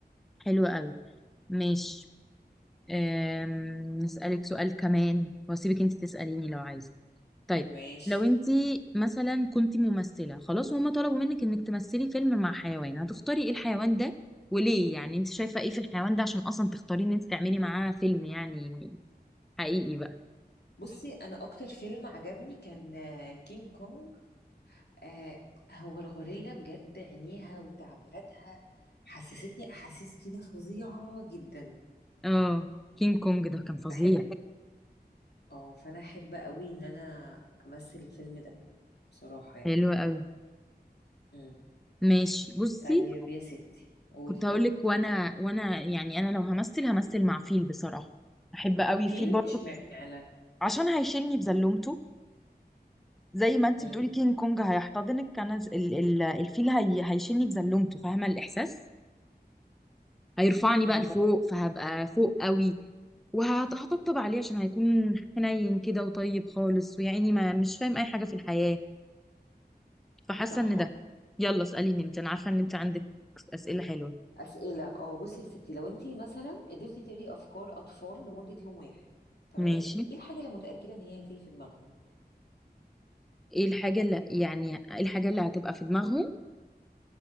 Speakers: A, in the centre; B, on the left (about 80°).
A: حلوة أوي ماشي أم... نسألك سؤال كمان وأسيبك أنتي تسأليني لو عايزة طيب
B: ماشي
A: لو انت مثلا كنت ممثلة خلاص وهم طلبوا منك انك تمثلي فيلم مع حيوان هتختاري ايه الحيوان ده وليه يعني انت شايفة ايه في الحيوان ده عشان اصلا تختاري ان انت تعملي معاه فيلم يعني حقيقي بقى
B: بصي انا اكتر فيلم عجبني كان آه، كينج كونج آه، هو الغوريلا بجد عينيها وتعبيراتها حسستني احاسيس كده فظيعة جدا
A: اه كينج كونج ده كان فظيع
B: بحب اه فانا احب قوي ان انا امثل الفيلم ده بصراحة يعني
A: حلو قوي
B: امم
A: ماشي بصي
B: طيب يا ستي قولي
A: كنت هقول لك وانا وانا يعني انا لو همثل همثل مع فيل بصراحة احب قوي
B: فيل
A: فيل برضه
B: اشمعنى
A: عشان هيشيلني بزلومته زي ما انت
B: امم
A: بتقولي كينج كونج هيحتضنك انا ز- ال- ال- الفيل هي هيشيلني بزلومته فاهمة الاحساس هيرفعني
B: امم
A: بقى لفوق فهبقى فوق قوي وهطبطب عليه عشان هيكون حنين كده وطيب خالص ويعني ما مش فاهم اي حاجة في الحياة فحاسة
B: صح
A: ان ده يلا اسأليني انت انا عارفة ان انت عندك اسئلة حلوة
B: اسئله اه بصي يا ستي لو انت مثلا قدرتي تقري افكار اطفال لمده يوم واحد تمام
A: ماشي
B: ايه الحاجه اللي متاكده ان هي هتيجي في دماغهم
A: ايه الحاجة اللي يعني ايه الحاجة اللي هتبقى في دماغهم